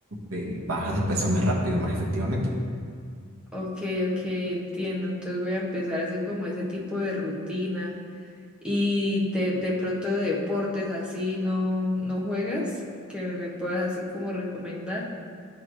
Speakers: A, on the right; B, in the centre.
A: eh, bajas de peso más rápido, más efectivamente.
B: Ok, ok, entiendo. Entonces voy a empezar a hacer como ese tipo de rutina. Y de, de pronto deportes así no, no juegas, que me puedas así como recomendar.